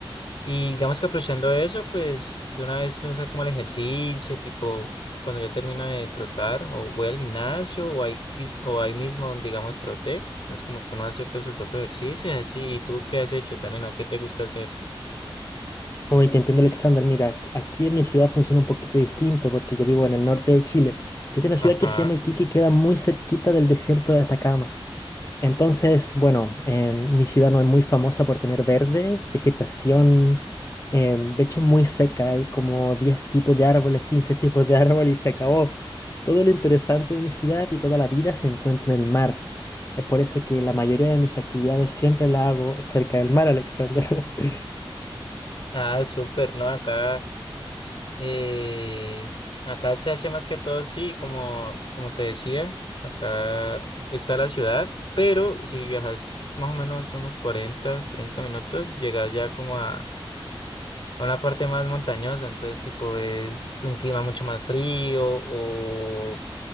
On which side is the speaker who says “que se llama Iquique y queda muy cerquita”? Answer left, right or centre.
Left